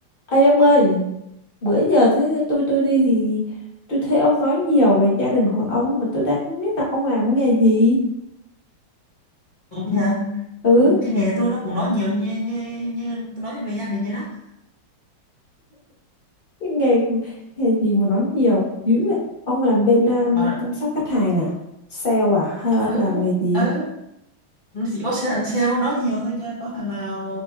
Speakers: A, on the left; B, on the left.
A: Ê ông ơi, bữa giờ thế tôi tôi đi thì tôi thấy ông nói nhiều về gia đình của ông mà tôi đang không biết là ông làm nghề gì.
B: Đúng hả?
A: Ừ,
B: Những cái nghề tôi nó cũng nói nhiều như như như tôi nói về gia đình vậy đó.
A: cái nghề nghề gì mà nói nhiều dữ vậy. Ông làm bên um,
B: Mà
A: chăm sóc khách hàng à? Sale à? Hay ông
B: ừ
A: làm nghề gì?
B: ừ chỉ có thằng sale nó nói nhiều thôi chứ có thằng nào